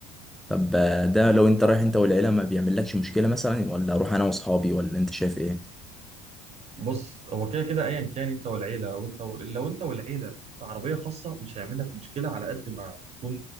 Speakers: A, in the centre; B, on the right (about 40°).
A: طب آه، ده لو انت رايح انت والعيله ما بيعملكش مشكله مثلا ولا اروح انا واصحابي ولا انت شايف ايه
B: بص هو كده كده ايا كان انت والعيله او انت و... لو انت والعيله في عربيه خاصه مش هيعمل لك مشكله على قد ما تكون